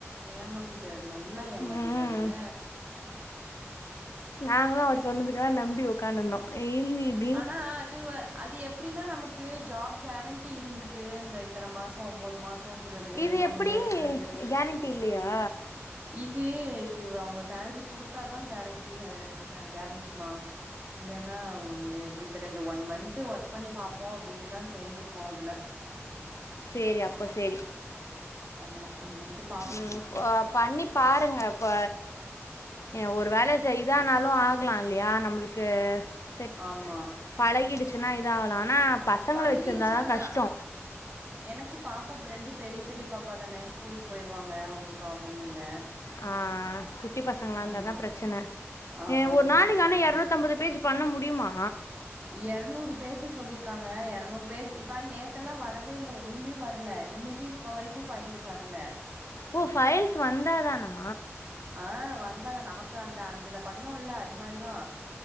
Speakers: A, on the right; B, on the left.
A: ஏமாத்திட்டாரு நல்லா ஏமாத்திட்டாரு
B: ம்
A: ன்ன
B: நாங்களு அவரு சொன்னதுக்குலா நம்பி உக்காந்ருந்தோ இந்தித்
A: ஆனா அது அது எப் அப்டின்னா நமக்கு ஜாப் கேரண்டி இருந்தது இந்த இத்தன மாசோ ஒம்போது மாஸ் தோங்குறது
B: இது
A: ஒன்
B: எப்படி
A: இயர்ரிங்றது
B: கேரண்டி இல்லையா
A: இது இது அவுங்க சேலரி குடுத்தாதா கேரண்டிஹ கேரண்டிமா இல்லனா எப்டின் தெரில இந்த ஒன் மந்த்து ஒர்க் பண்ணி பாப்போ அப்டின்னுதா சேந்துருக்கோ அதுல
B: சேரி அப்ப சேரி
A: ஆமா ஒன் மன்த்து
B: ம் பண்ணி பாருங்க இப்ப ஏ ஒரு வேல செய்தானாலு ஆகலா இல்லியா நம்மளுக்கு செட்
A: ஆமா
B: பழகிடுச்சின்னா இதா ஆகலா ஆனா பசங்கள
A: பழகிருச்சு
B: வச்சி ருந்தா தா
A: ஆனா
B: கஷ்டோ
A: எனக்கு பாப்பா ப்ரெண்டு பெரிய பெரிய பாப்பா தானே ஸ்கூலுக்கு போயிருவாங்க ஒன்னு ப்ராப்ளம் இல்ல
B: ஆ குட்டி பசங்களா இருந்தாதா
A: ஆமா
B: பிரச்சன
A: ஆமா
B: ஏ ஒரு
A: குட்டி
B: நாளைக்க
A: பசங்கள
B: ஆனா எரநூத் நுத்தம்பது பேஜ் பண்ண முடியுமா
A: எரநூறு பேஜ் சொல்லிருக்காங்க எரநூறு பேஜ் இப்ப நேத்த எல்லா வரவே இல்ல ஒண்ணுமே வரல இன்னிக்கி இப்ப வரைக்கு பைல்ஸ் வர்ல
B: ஓ ஃபைல்ஸ் வந்தாதானா
A: ஆ வந்தாதா நமக்கு அந்த அந்தல பண்ணுல்ல அது மாரிதா